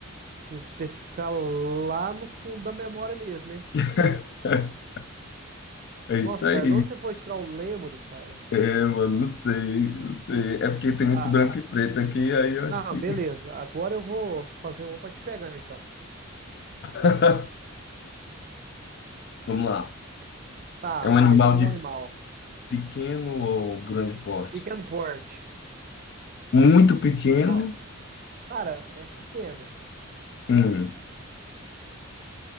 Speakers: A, on the right; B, on the left.
A: tive que pescar lá no fundo da memória mesmo, hein?
B: <laughs> é
A: Nossa,
B: isso aí.
A: cara, de onde você foi tirar o Lemuri, cara?
B: É, mano, não sei, não sei. É porque tem
A: Tá.
B: muito branco e preto aqui, aí eu acho
A: Não,
B: que.
A: beleza. Agora eu vou fazer uma pra te pegar, então.
B: <laughs> Vamos lá.
A: Tá,
B: É um animal
A: pensei no
B: de
A: animal.
B: pequeno ou grande porte?
A: Pequeno porte.
B: Muito pequeno.
A: Ó, Cara, é pequeno.
B: Hum.